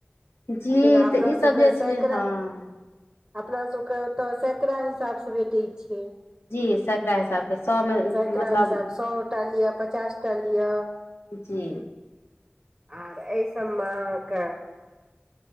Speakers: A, on the left (about 80°); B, on the right (about 25°).
A: जी
B: तेना
A: तऽ
B: अपना
A: ई
B: सब के
A: जे छै
B: सेकरा
A: हँ
B: अपना सबके ओता सेकड़ा हिसाब स भेटे छै
A: जी सकरा हिसाबके सएमे
B: सेकड़ा
A: मतलब
B: हिसाब स सौ टा लिअ पचास टा लिअ
A: जी
B: आर ऐ सब मे अहाँ के